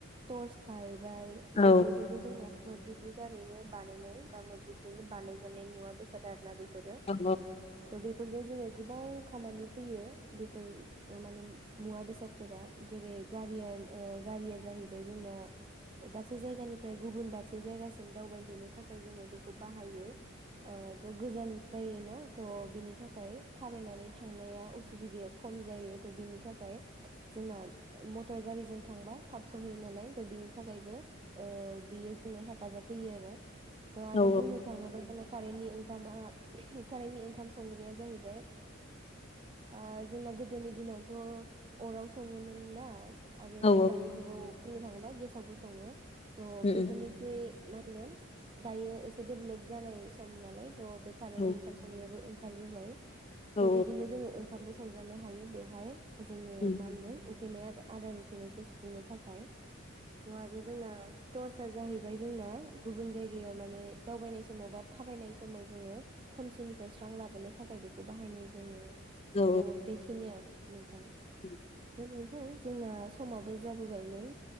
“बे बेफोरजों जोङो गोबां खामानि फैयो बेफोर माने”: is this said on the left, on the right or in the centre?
Right